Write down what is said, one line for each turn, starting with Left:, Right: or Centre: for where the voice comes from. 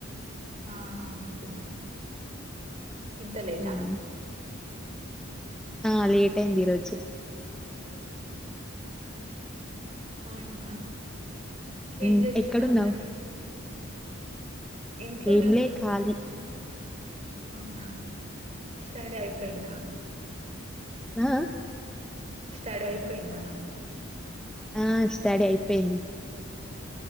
Right: ఆ, అవును. తిన్నం. ఇంత లేటా?
Centre: ఉమ్, ఆ, లేట్ అయ్యింది ఈ రోజూ.
Right: అవునా,
Centre: ఉమ్,
Right: ఏం చేస్తున్నావు
Centre: ఎక్కడున్నావు
Right: మరి? ఇంట్లోనే
Centre: ఏంలే
Right: ఉన్నా.
Centre: ఖాళీ
Right: అవునా! స్టడీ అయిపోయిందా?
Centre: మ్యామ్.
Right: స్టడీ అయిపోయిందా?
Centre: ఆ, స్టడీ అయిపోయింది.